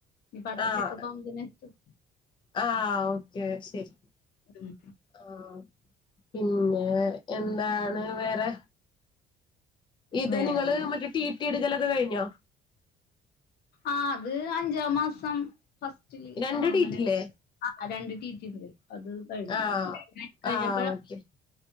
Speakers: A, on the left; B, on the left.
A: ഇനിപ്പടുത്ത
B: ആഹ്
A: ചെക്കപ്പ് ആവുമ്പത്ത്ന് എത്തും
B: ആഹ് ഓക്കെ ശരി
A: ഉം
B: ആഹ് പിന്നെ എന്താണ് വേറെ ഇത്
A: വേറൊന്നുല്ല
B: നിങ്ങള് മറ്റേ ടീട്ടി എടുക്കലൊക്കെ കഴിഞ്ഞോ
A: ആഹ് അത് അഞ്ചാം മാസം ഫസ്റ്റില്
B: രണ്ട്
A: ആഹ് അങ്ങനെ
B: ടി ടി ഇല്ലേ
A: ഒക്കെ ആഹ് രണ്ട് ട്ടീട്ടിണ്ട് അത് കഴിഞ്ഞു
B: ആഹ്
A: കഴിഞ്ഞപ്പഴാ
B: ആഹ് ഓക്കെ